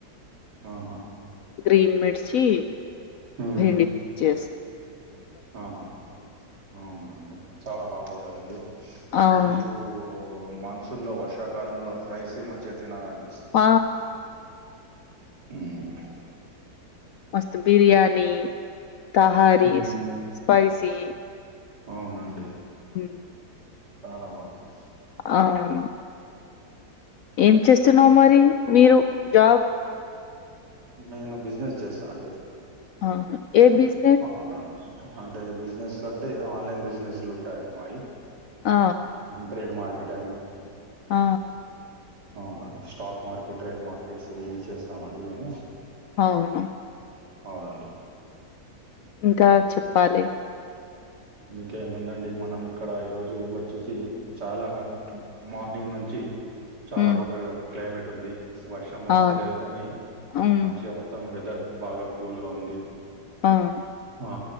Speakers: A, on the right (about 70°); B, on the left (about 70°).
A: ఆహా
B: గ్రీన్ మిర్చి
A: హ్మ్.
B: బెండి చేసాం
A: ఆహా అవునా అండి చాలా బాగుంటదండి
B: అవును
A: ఈ ఇప్పుడు మన లో వర్షాకాలంలో ఫ్రైస్ మంచిగా తినాలని
B: ఆ
A: హ్మ్.
B: మస్తు బిర్యానీ తహారీ
A: హ్మ్.
B: స్పైసీ
A: అవునండి
B: హ్మ్
A: చాలా బాగుంటారు
B: అవును ఏం చేస్తున్నావు మరి మీరు జాబ్
A: నేను బిజినెస్ చేస్తా అండి
B: అవును ఏ బిజ్
A: అవునండి అంటే బిజినెస్లు అంటే ఆన్లైన్ బిజినెస్లు ఉంటాయండి మావి
B: ఆ
A: ట్రేడ్ మార్కెట్ అని
B: ఆ
A: అవునండి స్టాక్ మార్కెట్ ట్రేడ్ మార్కెట్స్ ఇవి చేస్తామండి మేము
B: అవును
A: అవునండి
B: ఇంకా చెప్పాలి
A: ఇంకేముందండి మనం ఇక్కడ ఈ రోజు వచ్చేసి చాలా మార్నింగ్ నుంచి చాలా
B: హ్మ్.
A: బగ క్లైమేట్ ఉంది వర్షం వస్తలేదు
B: అవును.
A: కానీ
B: హ్మ్.
A: మంచిగా మొత్తం వెదర్ బాగా కూల్గా ఉంది
B: అవును
A: ఆ